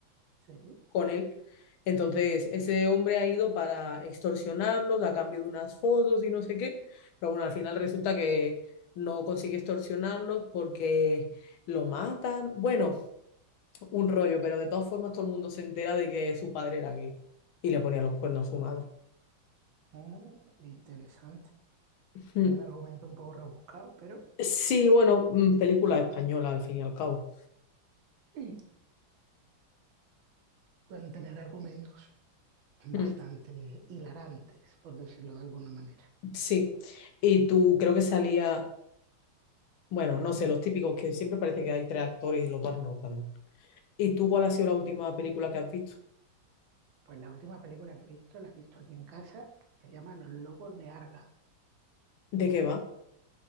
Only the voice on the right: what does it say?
sí.
Ah, interesante.
Un argumento un poco rebuscado, pero
sí, pueden tener argumentos bastante
hilarantes, por decirlo de alguna manera.
Pues la última película que he visto, la he visto aquí en casa, que se llama Los Lobos de Arga.